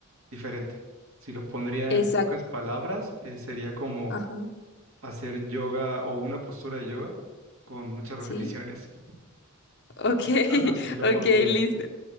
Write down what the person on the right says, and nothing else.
diferente. Si lo pondría
en pocas palabras, eh, sería como
hacer yoga o una postura de yoga con muchas repeticiones.
Algo así lo
pondría.